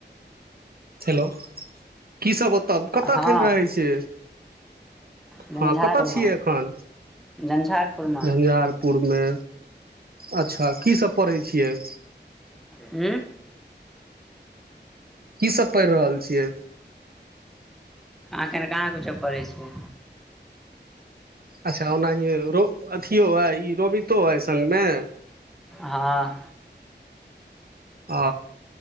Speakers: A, on the right; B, in the centre.
A: हेलो कीसभ ओतब कतय
B: हँ
A: खेल रहै छिय
B: झंझारपुरमे
A: हँ कतय छियै एखन
B: झंझारपुरमे
A: झंझारपुर मे अच्छा की सब पढ़ै छियै
B: ह
A: की सब पढ़ि रहल छियै
B: आखन कहाँ कूछो पढ़ै छियै
A: अच्छा ओनाहि रो अथियो हइ ई रोहितो हइ संगमे
B: हँ
A: ओ